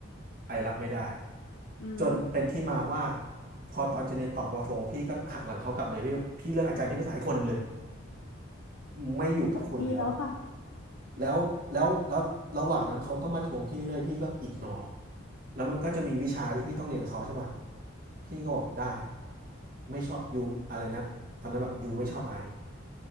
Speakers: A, on the right; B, on the left.
A: ไอรับไม่ได้
B: อืม
A: จนเป็นที่มาว่าพอตอนจะเรียนต่อปอโทพี่ก็หักหลังเขากลับเลยพี่พี่เลือกอาจารย์ที่ภาษาอีกคนหนึ่งเลยไม่อยู่กับคุณแล้ว
B: เดีแล้วค่ะ
A: แล้วแล้วแล้วระหว่างนั้นเขาก็มาทวงพี่เรื่อยๆพี่ก็อิกนอแล้วมันก็จะมีวิชาที่พี่ต้องเรียนกับเขาใช่ป่ะพี่ก็บอกได้ไม่ชอบยูอะไรนะตอนนั้นแบบยูไม่ชอบไอ